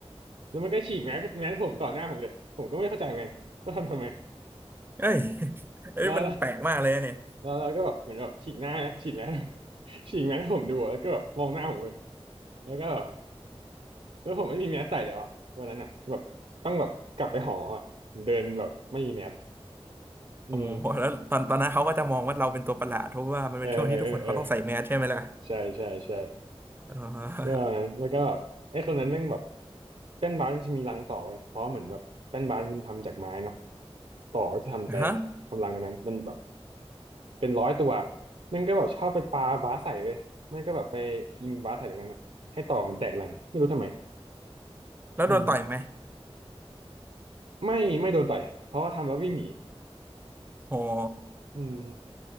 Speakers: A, on the right; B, on the right.
A: แล้วมันก็ฉีกแมสแมสผมต่อหน้าผมเลยผมก็ไม่เข้าใจเหมือนกันว่าทำทำไม
B: เอ้ยเอ้ยมันแปลกมากเลยนะเนี่ย
A: แล้วแล้วเราก็แบบเหมือนแบบฉีกหน้าฉีกแมส <laughs> ฉีกแมสให้ผมดูอะแล้วก็แบบมองหน้าผมไปแล้วก็แบบแล้วผมไม่มีแมสใส่แล้วอ่ะวันนั้นอ่ะแบบต้องแบบกลับไปหออ่ะผมเดินแบบไม่มีแมส
B: โอ้โหแล้วตอนตอนนั้นเขาก็จะมองว่าเราเป็นตัวประหลาดเพราะว่ามันเป็นช่วงที่ทุกคนเขาต้องใส่แมสใช่ไหมล่ะ
A: อืมเออเออเออเออใช่ใช่ใช่
B: เออ
A: เรื่องอะไรนะแล้วก็แบบไอ้คนนั้นแม่งแบบแป้นบาสมันจะมีรังต่อเว้ยเพราะเหมือนแบบแป้นบาสมันทำจากไม้เนาะต่อก็จะทำแทนทำรังตรงนั้นมันแบบ
B: ฮะ
A: เป็นร้อยตัวแมันก็แบบชอบไปปาบาสใส่เว้ยไม่ก็แบบไปยิงบาสใส่ตรงนั้นอะให้ต่อมันแตกรังไม่รู้ทำไม
B: <laughs> แล้วโดนต่อยไหม
A: อืมไม่ไม่โดนต่อยเพราะว่าทำแล้ววิ่งหนี
B: โอ้โห
A: อืม